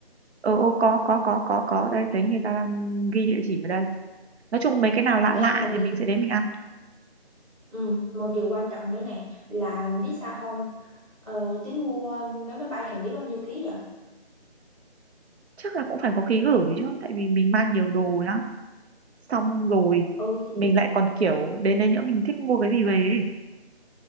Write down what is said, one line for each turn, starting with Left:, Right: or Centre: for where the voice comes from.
Right: ờ ô có có có có có đây thấy người ta đang ghi địa chỉ vào đây nói chung mấy cái nào lạ lạ
Left: Ê một
Right: thì
Left: điều
Right: mình sẽ đến mình ăn
Left: ừ, một điều quan trọng nữa này là biết sao không? Ờ, tính mua vé máy bay hành lý bao nhiêu ký vậy?
Right: chắc là cũng phải có ký gửi chứ tại vì mình mang nhiều đồ lắm xong rồi
Left: Ừ thì
Right: mình lại còn kiểu đến đây nữa mình thích mua cái gì về ấy.